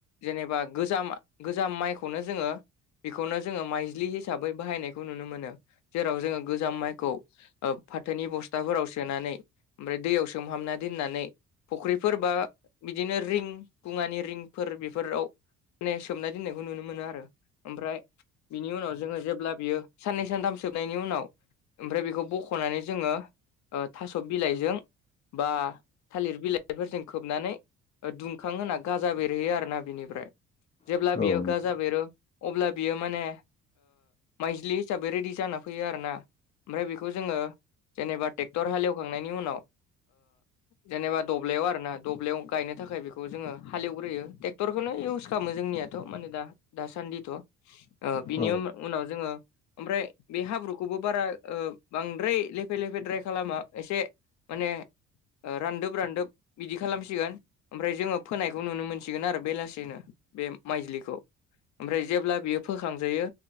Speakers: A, on the left (about 70°); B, on the left (about 25°).
A: जेनेबा गोजाम गोजाम माइखौनो जोङो बेखौनो जोङो माइज्लि हिसाबै बाहायनायखौ नुनो मोनो जेराव जोङो गोजाम माइखौ फाथोनि बस्थाफोराव सोनानै ओमफ्राय दैयाव सोमहाबना दोननानै फख्रिफोर बा बिदिनो रिं खुंवानि रिंफोर बेफोराव माने सोमनाय दोननायखौ नुनो मोनो आरो ओमफ्राय बिनि उनाव जोङो जेब्ला बियो साननै सानथाम सोबनायनि उनाव ओमफ्राय बेखौ बख'नानै जोङो थास' बिलाइजों बा थालिर बिलाइफोरजों खोबनानै दुंखां होना गाजा बेरहैयो आरोना बिनिफ्राय जेब्ला
B: औ
A: बियो
B: नोंथां
A: गाजा बेरो अब्ला बियो माने माइज्लि हिसाबै रेडि जाना फैयो आरोना ओमफ्राय बेखौ जोङो जेनेबा ट्रेक्टर हालेवखांनायनि उनाव जेनेबा दब्लायाव आरोना दब्लायाव गायनो थाखाय बेखौ जोङो हालेवग्रोयो ट्रेक्टरखौनो इउस खालामो जोंनिया थ माने दा दासान्दिथ' बिनि
B: औ
A: उन-उनाव जोङो ओमफ्राय बे हाब्रुखौबो बारा बांद्राय लेफे लेफेद्राय खालामा एसे माने रानदोब रानदोब बिदि खालामसिगोन ओमफ्राय जोङो फोनायखौ नुनो मोनसिगोन आरो बेलासिनो बे माइज्लिखौ ओमफ्राय जेब्ला बियो फोखांजायो